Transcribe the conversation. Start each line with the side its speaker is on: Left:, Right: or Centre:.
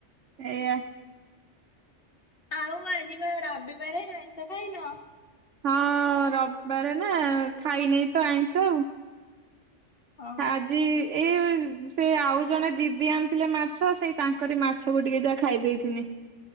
Right: ଏଇଆ।
Left: ଆଉ ଆଜିିବା ରବିବାରେ ଆଇଁଷ ଖାଇନ।
Right: ହଁ ରବିବାର ନା ଖାଇ ନେଇେଇ ତ ଆଣିଛ ଆଉ।
Left: ଓହୋ
Right: ଆଜି ଏଇ ସେ ଆଉ ଜଣେ ଦିଦି ଆଣିଥିଲେ ମାଛ ସେଇ ତାଙ୍କରି ମାଛ ସବୁ ଟିକେ ଯାହା ଖାଇ ଦେଇଥିଲି।